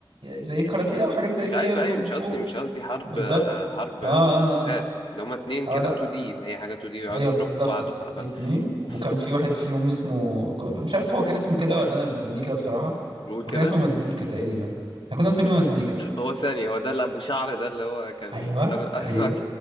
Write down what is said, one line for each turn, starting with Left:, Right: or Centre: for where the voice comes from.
Right: زي كاراتيه او حاجات زي
Left: مش
Right: كده
Left: ايوه
Right: يعني كونغ
Left: ايوه مش
Right: فو
Left: قصدي مش قصدي حرب
Right: بالظبط
Left: حرب
Right: اه
Left: مسدسات
Right: اه اه,
Left: اللي هما اتنين
Right: آه
Left: كده
Right: لا
Left: 2 دي اللي هي حاجه 2 دي ويقعدوا
Right: ايوه
Left: يضربوا
Right: بالظبط
Left: في بعض
Right: ات-
Left: وحركات
Right: اتنين
Left: اوف
Right: وكان في واحد فيهم اسمه ك- مش عارف هو كان اسمه كده ولا انا اللي مسميه كده بصراحه
Left: قول كده
Right: هو كان اسمه مزيكا تقريبا احنا كنا مسمينه مزيكا
Left: هو ثاني هو ده اللي ابو شعر ده اللي هو كان
Right: ايوه
Left: شعر <laughs>
Right: ايوه